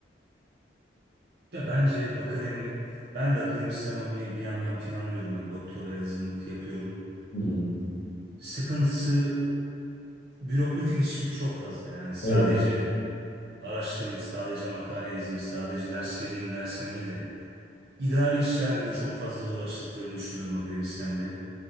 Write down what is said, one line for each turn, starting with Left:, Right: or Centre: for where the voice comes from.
Right: Ya bence akademik, ben de akademisyen olmayı bir yandan planlıyorum. Yani doktora hazırlık yapıyorum.
Left: Hı hı.
Right: Sıkıntısı bürokratik işi çok fazla yani sadece
Left: Evet.
Right: araştırayım, sadece makale yazayım, sadece ders vereyim dersen iyi de. İdari işlerle de çok fazla uğraştıklarını düşünüyorum akademisyenlerin.